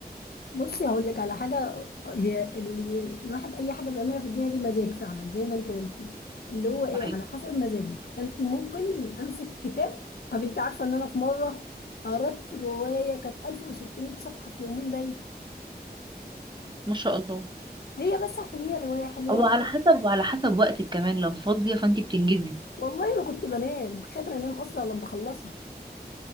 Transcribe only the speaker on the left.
بصي هقول لك على حاجه هي اللي بي... الواحد اي حاجه بيعملها في الدنيا دي مزاج فعلا زي ما انت قلتي اللي هو ايه
على حسب مزاجك انت ممكن امسك كتاب طب انت عارفه ان انا في مره قرأت روايه كانت 1600 صفحه في يومين باين
هي بس عشان هي روايه حلوه
والله ما كنت بنام ما كنتش قادره انام اصلا لما اخلصها